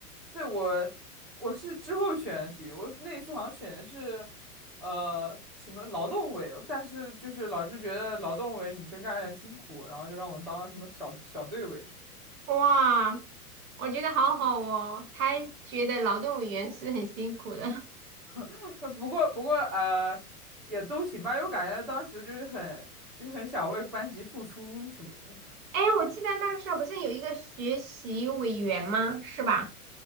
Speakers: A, in the centre; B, on the right.
A: 对，我我是之后选的体育，我那一次好像选的是呃什么劳动委，但是就是老师觉得劳动委女生干的辛苦，然后就让我当了什么小小队委什
B: 哇，我觉得好好哦。他还觉得劳动委员是很辛苦的。<laughs>
A: 么 <laughs> 不过不过呃也都行吧，因为我感觉当时就是很就是很想为班级付出什么的，
B: 哎，我记得那个时候不是有一个学习委员吗？是吧？